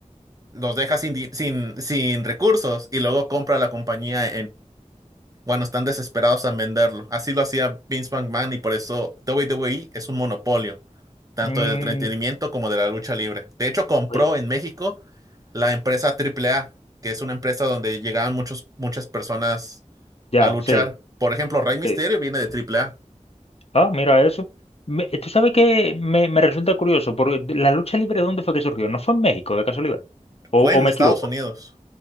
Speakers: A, on the right; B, on the left.
A: los deja sin, di- sin, sin recursos y luego compra la compañía bueno, están desesperados en venderlo. Así lo hacía Vince McMahon y por eso WWE es un monopolio, tanto
B: Mm,
A: del entretenimiento como de la lucha libre. De hecho, compró
B: sí,
A: en México la empresa AAA, que es una empresa donde llegaban muchos, muchas personas
B: ya,
A: a luchar.
B: sí,
A: Por ejemplo, Rey Mysterio
B: sí.
A: viene de AAA.
B: Ah, mira eso. Me- tú sabes que me, me resulta curioso, porque la lucha libre, ¿dónde fue que surgió? ¿No fue en México, de casualidad? ¿O,
A: Fue
B: o
A: en
B: me
A: Estados
B: equivoco?
A: Unidos.